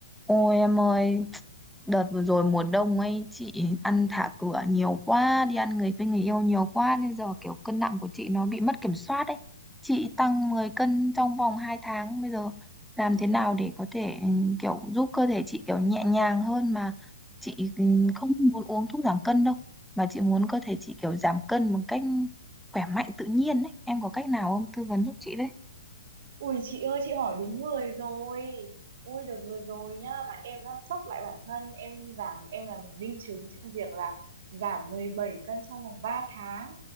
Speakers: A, in the centre; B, on the right.
A: Ôi em ơi, đợt vừa rồi mùa đông ấy chị ăn thả cửa nhiều quá, đi ăn người với người yêu nhiều quá nên giờ kiểu cân nặng của chị nó bị mất kiểm soát ấy. Chị tăng 10 cân trong vòng 2 tháng, bây giờ làm thế nào để có thể ừ, kiểu giúp cơ thể chị kiểu nhẹ nhàng hơn mà chị ừ, không muốn uống thuốc giảm cân đâu, mà chị muốn cơ thể chị kiểu giảm cân một cách khỏe mạnh tự nhiên ấy. Em có cách nào không? Tư vấn giúp chị đấy.
B: Ui chị ơi chị hỏi đúng người rồi Ui đợt vừa rồi nhá là em đã sốc lại bản thân Em giảm em là một minh chứng trong việc là giảm 17 cân trong vòng ba tháng